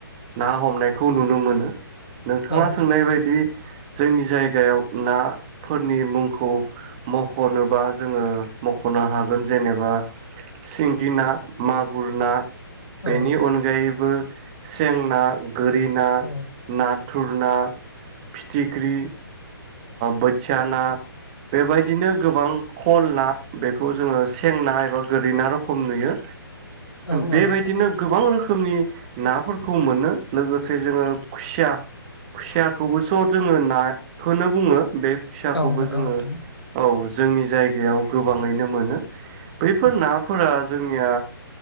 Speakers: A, on the right; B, on the left.
A: ना हमनायखौ नुनो मोनो। नोंथाङा
B: औ
A: सोंनाय बायदि जोंनि जायगायाव नाफोरनि मुंखौ मख'नोबा जोङो मख'नो हागोन जेनेबा सिंगि ना, मागुर ना बेनि
B: औ
A: अनगायैबो सेंना गोरि ना,
B: औ
A: ना थुरना, फिथिख्रि बोथिया ना बेबायदिनो गोबां खल ना बेखौ जोङो सेंना एबा गोरि ना रोखम नुयो।
B: औ
A: बेबायदिनो
B: औ
A: गोबां रोखोमनि नाफोरखौ मोनो लोगोसे जोङो खुसिया खुसियाखौबोस' जोङो नाखौनो बुङो बे फिसाखौबो
B: औ नंगौ
A: जोङो
B: नोंथां
A: औ जोंनि जायगायाव गोबाङैनो मोनो बैफोर नाफोरा जोंनिया